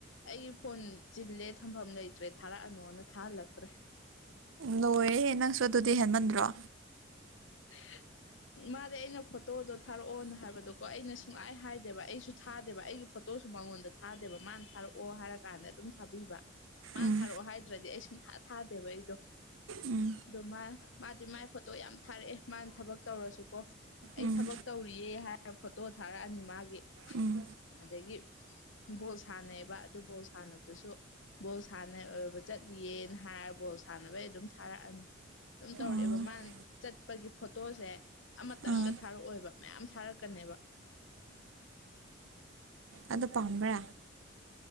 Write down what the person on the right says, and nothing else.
ꯂꯣꯏꯔꯦꯦ ꯅꯪꯁꯨ ꯑꯗꯨꯗꯤ ꯍꯦꯟꯃꯟꯗ꯭ꯔꯣ
ꯎꯝ
ꯎꯝ
ꯎꯝ
ꯎꯝ
ꯑꯥ
ꯑꯥ
ꯑꯗꯨꯗꯣ ꯄꯥꯝꯕ꯭ꯔ